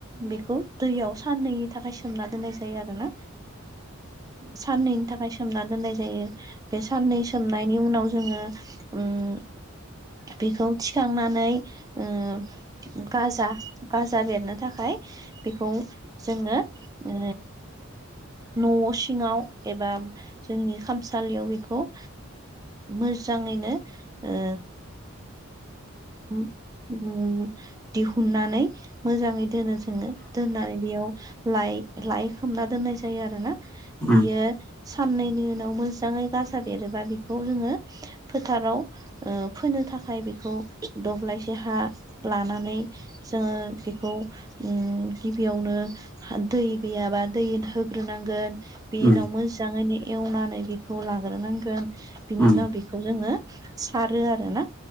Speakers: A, on the right; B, in the centre.
A: बेखौ दैयाव साननैनि थाखाय सोमना दोननाय जायो आरो ना। साननैनि थाखाय सोमना दोननाय जायो। बे साननै सोमनायनि उनाव जोङो उम बेखौ थिखांनानै ओ गाजा गाजा बेरनो थाखाय बेखौ जोङो ओ न' सिङाव एबा जोंनि खामसालियाव बेखौ ओ मोजाङैनो ओ उम <inaudible> दिहुननानै मोजाङै दोनो जोङो दोननानै बेयाव लाइ लाइ खोबना दोननाय जायो आरो ना।
B: उम
A: बियो साननैनि उनाव मोजाङै गाजा बेरोबा बेखौ जोङो फोथाराव ओ फोनो थाखाय बेखौ दब्लायसे हा लानानै जोङो बेखौ उम गिबियावनो दै गैयाबा दै होग्रोनांगोन बिनि
B: उम
A: उनाव मोजाङैनो एवनानै बेखौ लाग्रोनांगोन बिनि
B: उम
A: उनाव बेखौ जोङो सारो आरोना